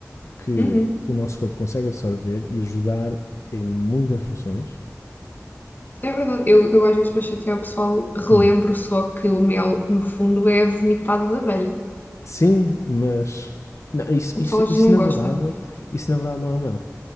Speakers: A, on the left (about 65°); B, on the left (about 35°).
A: que
B: Uhum.
A: o nosso corpo consegue absorver e ajudar em muitas funções.
B: É verdade. Eu, eu às vezes para chatear o pessoal relembro
A: Hum.
B: só que o mel, no fundo, é vomitado da abelha.
A: Sim, mas não, isso,
B: O
A: isso,
B: pessoal às
A: isso
B: vezes não
A: na
B: gosta.
A: verdade isso na verdade não é mel.